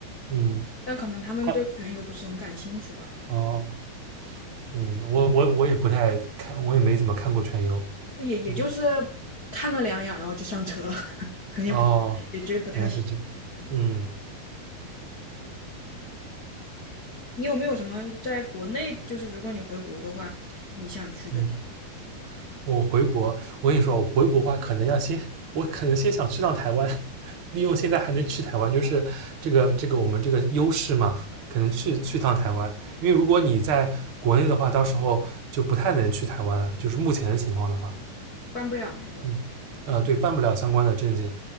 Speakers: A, on the right; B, on the left.
A: 嗯，
B: 但可能他们对全游不是很感兴趣吧，
A: 他哦，嗯，我我我也不太看，我也没怎么看过全游。
B: 也也也就是看了两眼，
A: 嗯，
B: 然后就上车了，<laughs> 可能也不也觉得不太行。
A: 哦，原来是这样。嗯
B: 你有没有什么在国内，就是如果你回国的话，你想去的地方？
A: 嗯。我回国，我跟你说，我回国的话，可能要先，我可能先想去趟台湾，<laughs> 利用现在还能去台湾，就是这个这个我们这个优势嘛，可能去去趟台湾，因为如果你在国内的话，到时候就不太能去台湾了，就是目前的情况的话，
B: 办不了那个。
A: 嗯，呃，对，办不了相关的证件，